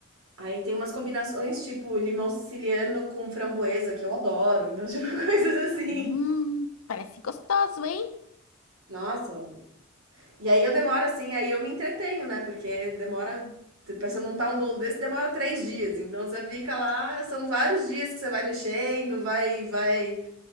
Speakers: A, on the right (about 80°); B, on the left (about 80°).
A: Aí tem umas combinações tipo limão siciliano com framboesa, que eu adoro. Então, tipo, <laughs> coisas assim.
B: Hum, parece gostoso, hein?
A: Nossa. E aí eu demoro assim, aí eu me entretenho, né? Porque demora. Pra você montar um bolo desse demora três dias. Então você fica lá, são vários dias que você vai mexendo, vai, vai.